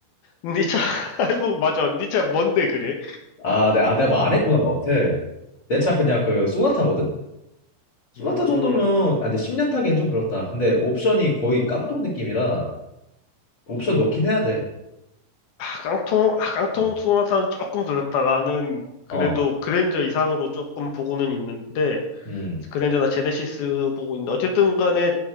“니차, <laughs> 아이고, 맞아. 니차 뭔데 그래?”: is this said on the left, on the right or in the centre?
Left